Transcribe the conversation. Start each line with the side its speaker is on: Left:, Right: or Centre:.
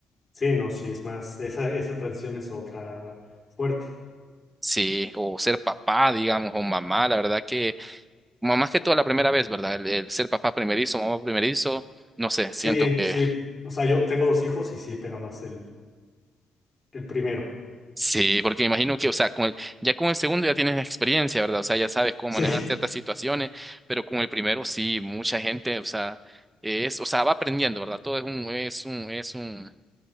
Left: Sí, no, sí, es más, esa, esa transición es otra fuerte.
Right: Sí, o ser papá, digamos, o mamá, la verdad que Como más que todo la primera vez, ¿verdad? El, el ser papá primerizo, mamá primerizo, no sé,
Left: Sí,
Right: siento que
Left: sí. O sea, yo tengo dos hijos y sí pega más el, el primero.
Right: sí, porque imagino que, o sea, con el, ya con el segundo ya tienes experiencia, ¿verdad? O sea, ya sabes cómo
Left: Sí,
Right: manejar ciertas situaciones, pero con el primero sí, mucha gente, o sea, es, o sea, va aprendiendo, ¿verdad? Todo es un, es un, es un,